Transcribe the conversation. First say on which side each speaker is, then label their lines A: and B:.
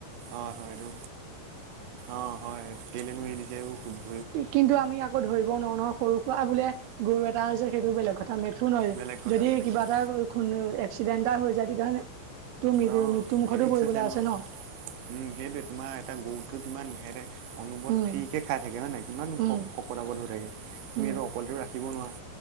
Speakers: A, on the right; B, on the right.
A: অঁ হয় এইটো অঁ হয় কেলেনো এৰি দিছে এইবোৰ শু
B: কিন্তু আমি আকৌ ধৰিব নোৱাৰ নহয়' সৰু সুৰা বোলে গৰু এটা আছে সেইটো বেলেগ কথা, মেথুন হয়
A: বেলেগ কথা
B: যদি
A: বেলেগ
B: কিবা
A: কথা
B: এটা খুনো এক্সিডেণ্ট এটা হৈ যায় তেতিয়াহলে, তোৰ মি-
A: অ
B: মৃত্যুমুখতো
A: ৰিক্স
B: পৰিবলৈ
A: নহয়
B: আছে ন।
A: উম, সেইটোৱে তোমাৰ এটা গৰুতকেও কিমান হেতে অনবৰত
B: উম
A: ফ্ৰীকে খায় থাকে হয় নাই, কিমান
B: উম
A: শকত আবত হৈ থাকে, তুমি
B: উম
A: এইটো অকলেত ৰাখিব নোৱাৰা।